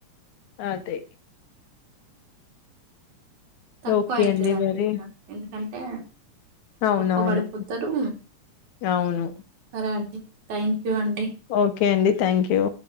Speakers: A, on the left (about 80°); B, on the right (about 80°).
A: అదే
B: తప్పయితదా
A: ఓకే అండి మరి.
B: ఎందు అంటే
A: అవునవును.
B: తక్కువ పడిపోతారు
A: అవును.
B: సరే అండి థ్యాంక్ యూ అండి
A: ఓకే అండి థ్యాంక్యూ